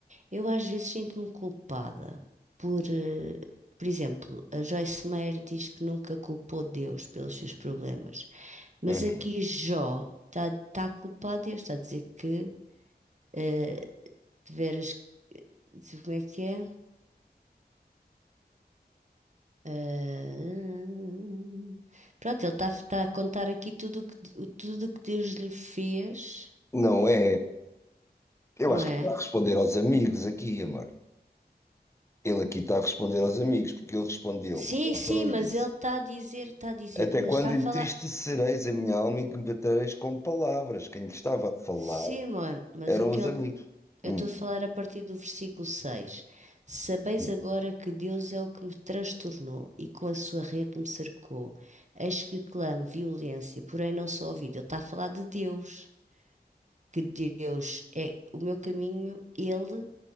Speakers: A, on the right (about 45°); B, on the left (about 15°).
A: eu às vezes sinto-me culpada por, eh, por exemplo, a Joyce Meyer diz que nunca culpou Deus pelos seus problemas, mas
B: uhum.
A: aqui Jó está tá a culpar Deus, está a dizer que eh, de veras, como é que é? Ah, pronto, ele está a contar aqui tudo o que, o- tudo o que Deus lhe fez,
B: Não é? Eu
A: não
B: acho
A: é?
B: que está a responder aos amigos aqui, amor. Ele aqui está a responder aos amigos, porque ele respondeu,
A: Sim, sim,
B: só e
A: mas
B: disse:
A: ele está a dizer, está a dizer,
B: Até
A: mas
B: quando
A: está a
B: entristecereis
A: falar.
B: a minha alma e que me batereis com palavras? Quem lhe estava a falar
A: Sim, mano, mas
B: eram
A: o que
B: os
A: ele.
B: amigos.
A: Eu
B: Hum,
A: estou a falar a partir do versículo 6. Sabeis
B: hum.
A: agora que Deus é o que me transtornou e com a sua rede me cercou. Eis que clamo violência, porém não sou ouvido. Ele está a falar de Deus, que Deus é o meu caminho, ele